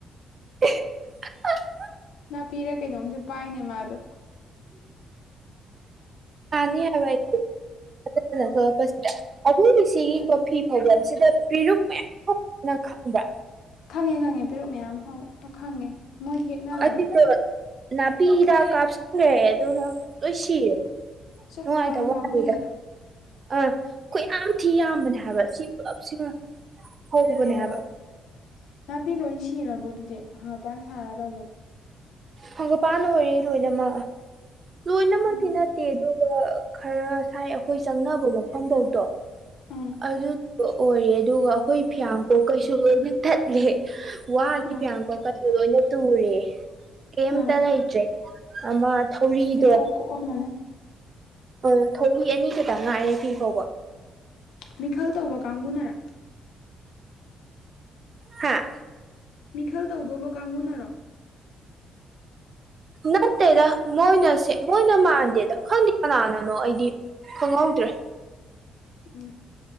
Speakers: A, on the right; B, on the left.
A: <unintelligible> <inaudible>
B: ꯅꯥꯄꯤꯔ ꯀꯩꯅꯣꯝꯁꯨ ꯄꯥꯏꯅꯦ ꯃꯥꯗꯣ
A: ꯀꯅꯤ ꯑꯋꯥ ꯐꯖ ꯊꯣꯛꯂꯛꯄꯁꯤꯗ ꯑꯈꯣꯏꯒꯤꯁꯤꯒꯤꯀꯣ
B: ꯈꯪꯉꯦ
A: ꯐꯤ ꯐꯥꯎꯕꯁꯤꯗ ꯐꯤꯔꯨꯛ ꯃꯌꯥꯝ ꯊꯣꯛꯅ ꯈꯪꯗ
B: ꯈꯪꯉꯦ ꯈꯪꯉꯦ ꯄꯦꯔꯨꯛ ꯃꯌꯥꯝ ꯈꯪꯉꯦ ꯃꯣꯏ ꯍꯦꯛꯅꯕꯅꯦ
A: ꯑꯗꯨꯗꯣ ꯅꯥꯄꯤ ꯍꯤꯗꯥꯛ ꯀꯥꯞꯁꯤꯈꯨꯔꯦ ꯑꯗꯨꯅ ꯂꯣꯏ ꯁꯤꯔꯦ
B: ꯆ
A: ꯅꯨꯡꯉꯥꯏꯇꯕ
B: ꯄꯥꯗꯤ ꯄꯝꯃꯨꯣꯏ
A: ꯋꯥꯅꯤꯗ
B: ꯌꯦ ꯑꯗꯨꯣ
A: ꯑꯥ ꯑꯩꯣꯏ ꯌꯥꯝ ꯊꯤ ꯌꯥꯝꯕꯅꯦ ꯍꯥꯏꯕ ꯁꯤ ꯄꯨꯂꯞꯁꯤꯃ ꯍꯧꯕꯅꯦ
B: ꯍꯣꯏ
A: ꯍꯥꯏꯕ
B: ꯅꯥꯄꯤ ꯂꯣꯏ ꯁꯤꯔꯕꯣ ꯑꯗꯨꯗꯤ ꯍꯪꯉꯄꯥꯟ ꯁꯥꯔ ꯇꯧꯕꯗꯣ
A: ꯍꯪꯒꯄꯥꯟꯅ ꯑꯣꯏꯔꯦ ꯂꯣꯏꯅꯃꯛ ꯂꯣꯏꯅꯃꯛꯇꯤ
B: ꯎꯝ
A: ꯅꯠꯇꯦ ꯑꯗꯣ ꯈꯔ ꯁꯥꯏ ꯑꯩꯈꯣꯏ ꯆꯪꯅꯕ ꯃꯐꯝꯐꯧꯗꯣ
B: ꯎꯝ
A: ꯑꯗꯨ ꯑꯣꯏꯔꯦ ꯑꯗꯨꯒ ꯑꯩꯈꯣꯏ ꯐꯤꯌꯥꯡ ꯀꯣꯛ ꯀꯩꯁꯨ ꯂꯣꯏꯅ ꯊꯠꯂꯦ ꯋꯥꯒꯤ
B: ꯎꯝ
A: ꯐꯤꯌꯥ ꯀꯣꯀꯗ ꯂꯣꯏꯅ ꯇꯨꯔꯦ ꯀꯩꯝꯇ
B: ꯎꯝ
A: ꯂꯩꯇ꯭ꯔꯦ ꯑꯃ ꯊꯧꯔꯤꯗꯣ
B: ꯏꯀꯣꯛ ꯀꯣꯛꯑꯝꯃꯅꯤ
A: ꯑꯣ ꯊꯧꯤ ꯑꯅꯤ ꯈꯛꯇ ꯉꯥꯏꯔꯦ ꯊꯤ ꯐꯥꯎꯕ
B: ꯃꯤꯈꯜ ꯇꯧꯕ ꯀꯥꯡꯕꯨꯅꯔꯥ
A: ꯍꯥꯝ
B: ꯃꯤꯈꯜ ꯇꯧꯗꯧꯕ ꯀꯥꯡꯕꯨꯅꯔꯣ
A: ꯅꯠꯇꯦꯗ ꯃꯣꯏꯅꯁꯦ ꯃꯣꯏꯅ ꯃꯥꯟꯗꯦꯗ ꯈꯪꯗꯦ ꯀꯅꯥꯅꯅꯣ ꯑꯩꯗꯤ ꯈꯪꯍꯧꯗ꯭ꯔꯦ
B: ꯎꯝ